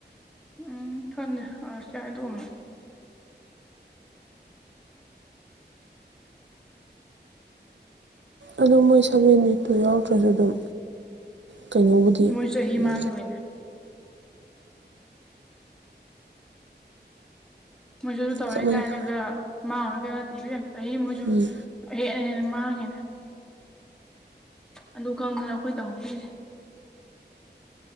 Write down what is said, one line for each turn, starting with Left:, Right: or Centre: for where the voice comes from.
Centre: ꯎꯝ ꯈꯡꯗꯦ ꯑꯁ ꯇꯤ ꯑꯗꯨꯒꯨꯝꯕꯅ‌ꯦ
Right: ꯑꯗꯣ ꯃꯣꯏ ꯁꯕꯦꯟ ꯅꯤꯠꯇꯣ ꯌꯥꯎꯗ꯭ꯔꯁꯨ ꯑꯗꯨꯝ ꯀꯩꯅꯣꯕꯨꯗꯤ
Centre: ꯃꯣꯏ ꯆꯍꯤ
Right: ꯎꯝ
Centre: ꯃꯥꯡꯗꯣꯏꯅꯦ ꯃꯣꯏꯖꯨ ꯑꯗꯨ ꯇꯧꯔꯦ
Right: ꯆꯞ ꯃꯥꯟꯅꯩ
Centre: ꯀꯥꯏꯅꯒ ꯃꯥꯡꯉꯥꯔ‌ꯣꯏꯒ ꯅꯠꯇꯦ ꯏꯕꯦꯝꯃ ꯆꯍꯤ ꯃꯣꯏꯖꯨ
Right: ꯎꯝ
Centre: ꯍꯦꯟꯅ ꯍꯦꯟꯅ ꯃꯥꯡꯉꯦꯅ‌ꯦ ꯑꯗꯨ ꯈꯪꯗꯅ ꯑꯩꯈꯣꯏ ꯇꯧꯍꯧꯗ‍꯭ꯔꯤꯁ‌‌ꯦ